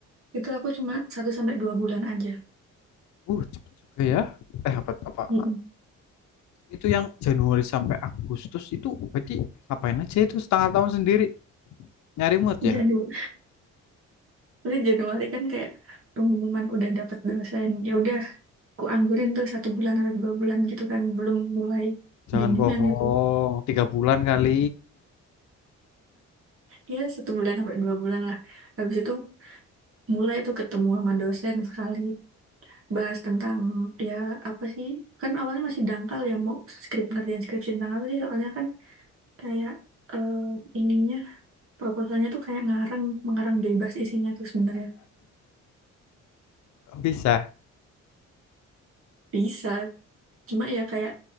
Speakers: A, on the right; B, on the left.
A: Itu aku cuma satu sampai 2 bulan aja.
B: uh cepet juga ya eh apa apa
A: Mm-mm.
B: Itu yang Januari sampai Agustus itu berarti ngapain aja itu setengah tahun sendiri nyari mood ya?
A: Janu- Terus Januari kan kayak pengumuman udah dapet dosen. Ya udah, ku anggurin tuh satu bulan atau dua bulan gitu kan belum mulai
B: Jangan
A: bimbingan
B: bohong,
A: itu.
B: tiga bulan kali.
A: Ya satu bulan sampai dua bulan lah. Habis itu mulai tuh ketemu sama dosen sekali bahas tentang ya apa sih kan awalnya masih dangkal ya mau skrip ngerjain skripsi tentang apa sih soalnya kan kayak eh, ininya proposalnya tuh kayak ngarang mengarang bebas isinya tuh sebenarnya
B: <laughs> bisa?
A: bisa cuma ya kayak